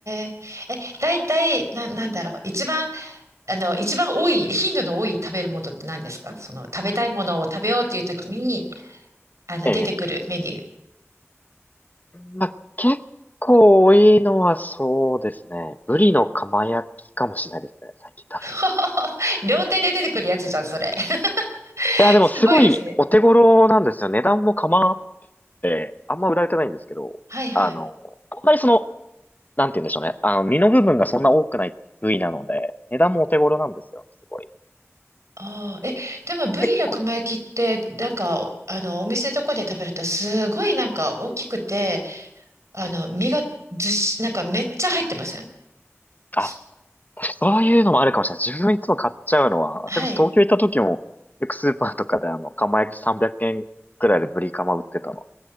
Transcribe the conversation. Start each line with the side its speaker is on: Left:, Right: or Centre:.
Right: え。え、だいたい、な、なんだろう。一番、あの、一番多い、頻度の多い食べるものって何ですかその、食べたいものを食べようっていう時に、あの、
Left: ええ。
Right: 出てくるメニュー。
Left: まあ、結構多いのはそうですね。ブリの釜焼きかもしれないですね。最近食べてるのは。
Right: <laughs> 両手で出てくるやつじゃん、それ。<laughs>
Left: いや、でもすごいお手頃なんですよ。
Right: すごいですね。
Left: 値段も構わって、あんま売られてないんですけど、
Right: はいはい。
Left: あの、あんまりその、なんて言うんでしょうね。あの、身の部分がそんな多くない部位なので、値段もお手頃なんですよね。すごい。
Right: ああ、え、でもブリの釜焼きって、
Left: 結構。
Right: なんか、あの、お店とかで食べると、すごいなんか大きくて、あの、
Left: ええ
Right: 身がずっし、なんかめっちゃ入ってません
Left: あ、
Right: す
Left: そういうのもあるかもしれない。自分いつも買っちゃうのは、
Right: はい。
Left: それこそ東京行った時も、よくスーパーとかであの、釜焼き300円くえんくらいでブリカマ売ってたの